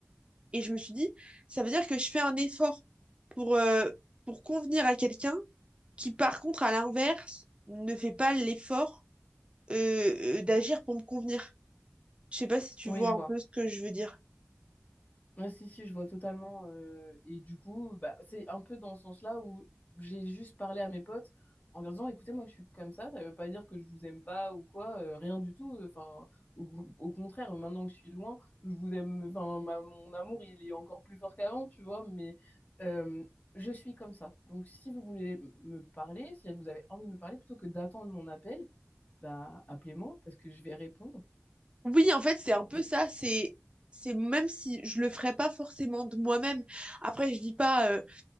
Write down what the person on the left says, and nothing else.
Oui,
je vois.
Ouais, si, si, je vois totalement. euh, et du coup, bah, c'est un peu dans ce sens-là où j'ai juste parlé à mes potes en leur disant, écoutez, moi, je suis comme ça, ça veut pas dire que je vous aime pas ou quoi, euh, rien du tout. euh, Enfin, au, au contraire, maintenant que je suis loin, je vous aime, enfin, ma- mon amour, il est encore plus fort qu'avant, tu vois, mais euh, je suis comme ça. Donc, si vous voulez m- me parler, si vous avez envie de me parler, plutôt que d'attendre mon appel, bah, appelez-moi parce que je vais répondre.
Et...